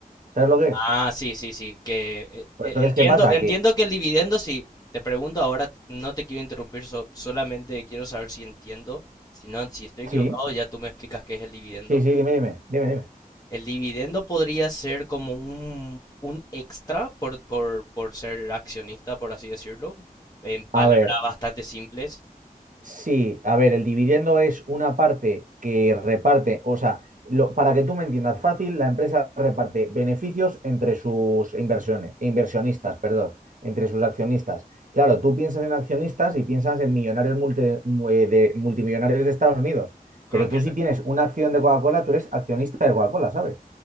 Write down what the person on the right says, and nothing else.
¿Sabes lo que es?
Pues
entonces,
¿qué pasa?
Que
sí,
sí, sí, dime, dime, dime, dime.
A ver,
Sí, a ver, el dividendo es una parte que reparte, o sea, lo- para que tú me entiendas fácil, la empresa reparte beneficios entre sus inversiones, inversionistas, perdón, entre sus accionistas. Claro, tú piensas en accionistas y piensas en millonarios multi- mu- eh, de, multimillonarios de Estados Unidos,
pero tú
si
tienes una acción de Coca-Cola, tú eres accionista de Coca-Cola, ¿sabes?